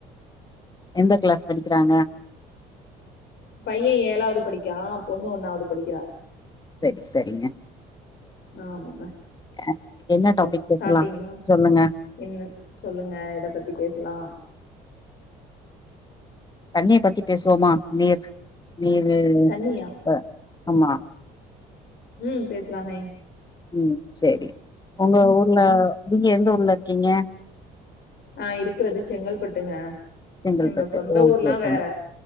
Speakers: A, on the left; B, on the left.
A: எந்த கிளாஸ் படிக்கிறாங்க
B: பைய ஏழாவது படிக்கிறா பொண்ணு ஒண்ணாவது படிக்கிறா
A: சரி சரிங்க
B: ஆமாங்க
A: அ என்ன
B: அப்றோ
A: டாபிக் பேசலா
B: சாப்ட்டீங்களா
A: சொல்லுங்க
B: என்ன சொல்லுங்க எத பத்தி பேசலா
A: தண்ணிய பத்தி பேசுவோமா நீர் நீரு,
B: தண்ணியா
A: ப ஆமா
B: ம் பேசலாமே
A: ம் சேரி, உங்க ஊர்ல நீங்க எந்த ஊர்ல இருக்கீங்க
B: நா இருக்குறது செங்கல்பட்டுங்க
A: செங்கல்பட்டு
B: என்னோட சொந்த
A: ஓகே
B: ஊர்ல்லா
A: ஓகே
B: வேற